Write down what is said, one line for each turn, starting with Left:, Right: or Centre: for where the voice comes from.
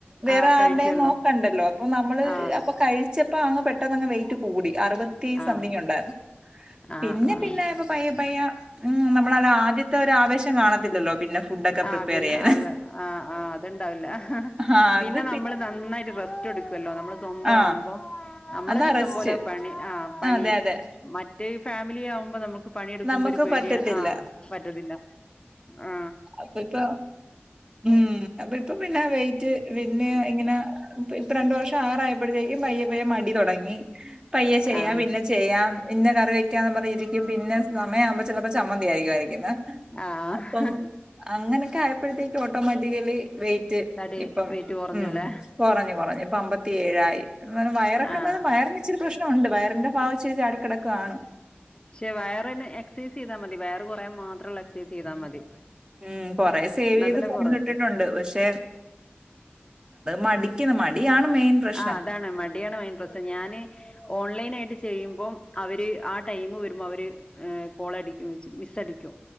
Right: വേറെ
Left: ആഹ് കഴിക്കുവല്ലോ
Right: ആരുടേം നോക്കണ്ടല്ലോ അപ്പൊ നമ്മള്
Left: ആഹ് അതെ
Right: അപ്പൊ കഴിച്ചപ്പോ അങ്ങ് പെട്ടെന്ന് അങ്ങ് വെയിറ്റ് കൂടി അറുപത്തി
Left: ആഹ്
Right: സംതിങ് ഉണ്ടായിരുന്നു
Left: ആഹ്
Right: പിന്നെ
Left: ആഹ്
Right: പിന്നെ ഇപ്പ പയ്യ പയ്യ ആ നമ്മളല്ല ആദ്യത്തെ ഒരു ആവേശം കാണത്തില്ലല്ലോ പിന്നെ ഫുഡൊക്കെ
Left: ആ
Right: പ്രിപ്പയർ
Left: പിന്നെ
Right: ചെയ്യാൻ
Left: അതെ ആ ആ അത്ണ്ടാവില്ല
Right: ആ
Left: പിന്നെ
Right: അത്
Left: നമ്മള് നന്നായിട്ട് റ്റടുക്കുവല്ലോ നമ്മടെ സ്വന്ത
Right: ആ
Left: ആവുമ്പോ നമ്മള
Right: അതാ
Left: ഇഷ്ടം
Right: റെസ്റ്റ്
Left: പോലെ പണി ആ പണി
Right: അതെ അതെ
Left: മറ്റെ ഫാമിലി ആകുമ്പോ നമുക്ക് പണിയെടുക്കുമ്പോ
Right: നമുക്ക്
Left: ഒരു പേടിയ
Right: പറ്റത്തില്ല
Left: ആ പറ്റത്തില്ല ആ
Right: അപ്പ ഇപ്പ ഉം അപ്പ ഇപ്പൊ പിന്നെ വൈറ്റ് പിന്നെ ഇങ്ങനെ ഇപ്പ രണ്ട വർഷം ആറായപ്പോഴത്തേക്കും ഇപ്പഴേ മടി തൊടങ്ങി പയ്യെ ചെയ്യാം
Left: ആഹ്
Right: പിന്നെ ചെയ്യാം എന്ന് വെക്കാന്ന് പറഞ്ഞരിക്കും പിന്നെ സമയാവുമ്പോ ചിലപ്പോൾ ചമ്മന്തി ആയിരിക്കും ഇവൻ
Left: ആഹ്
Right: അപ്പം അങ്ങനെ കായപ്പഴത്തെക്ക് ഓട്ടോമാറ്റിക്കലി വെയിറ്റ്
Left: തടി
Right: ഇപ്പം
Left: വെയിറ്റ് കുറഞ്ഞൂല്ലേ
Right: ഉം കൊറഞ്ഞു കൊറഞ്ഞു ഇപ്പ അമ്പത്തി ഏഴായി എന്നാലും വയറൊക്കെ
Left: ആഹ്
Right: എന്നാലും വയറി ഇച്ചിരി പ്രശ്നം ലും ഒ ണ്ട് വയറിന്റെ ഭാവിച്ചരി ചാടിക്കിടക്കാണ്
Left: പക്ഷെ വയർ തന്നെ എക്സൈസ് ചെയ്തൽ മതി വയറ് കുറ മാത്രമല്ല എക്സൈസ് ചെയതാൽ മതി
Right: ഉം കൊറ സേവ്
Left: എന്നാ
Right: ചെയ്ത്
Left: തന്നെ
Right: ഫോൺട്ടിട്ടുണ്ട്
Left: കുറയും
Right: പക്ഷെ മടിക്കുന്ന മടിയാണ് മെയിൻ പ്രശ്നം
Left: ആ അതാണ് മടിയാണ് മെയിൻ പ്രശ്നം ഞാന് ഓൺലൈൻ ആയിട്ട് ചെയ്യുമ്പോം അവര് ആ ടൈമ് വരുമ്പോ അവര് കോളടിക്കും വെച്ച് മിസ് അടിക്കും